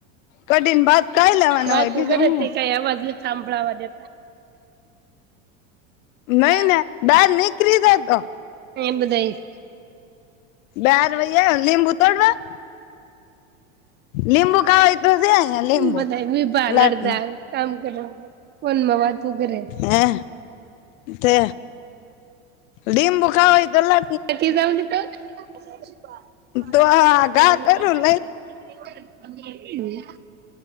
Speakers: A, on the left; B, on the right.
A: કઢીને ભાત ખાઈ લેવાના
B: વાતું
A: હોય બીજું
B: કર
A: હું
B: તે કઈ અવાજ નથી સાંભળવા દે
A: નઈ
B: એ
A: ને બહાર નીકળી જતો
B: બધાય
A: બાર વઈયા લીંબુ તોડવા લીંબુ ખાવાય તો છે અહીંયા લીંબુ
B: બધા <unintelligible> ભાનડ
A: લાટના
B: દાળ કામ કરો ફોનમાં વાંતું કરે.
A: હે તે લીંબુ ખાવા હોય તો લે
B: કી જઉ ની
A: તો આ ઘા કરું
B: તો <inaudible>